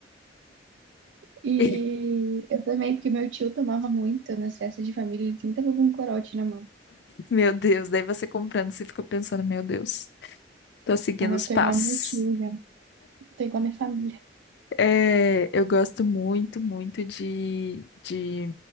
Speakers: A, on the right; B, on the left.
A: E
B: <laughs>
A: eu também, porque meu tio tomava muito nas festas de família, ele sempre tava com um corote na mão.
B: E, meu Deus, daí você comprando, você fica pensando, meu Deus, tô seguindo
A: Então eu
B: os
A: tô
B: passos.
A: igual meu tio, já. Tô igual minha família.
B: É, eu gosto muito, muito de, de